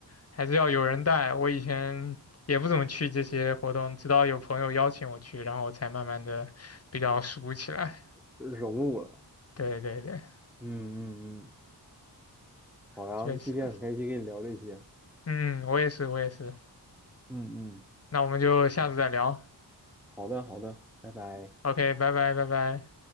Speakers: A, on the left; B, in the centre.
A: 还是要有人带。我以前也不怎么去这些活动，直到有朋友邀请我去，然后我才慢慢的比较熟起来。
B: 融入了。
A: 对对对。
B: 嗯嗯嗯，好呀，
A: 确实，
B: 今天很开心跟你聊这些。
A: 嗯，我也是，我也是。
B: 嗯嗯，
A: 那我们就下次再聊。
B: 好的好的，拜拜。
A: OK，拜拜，拜拜。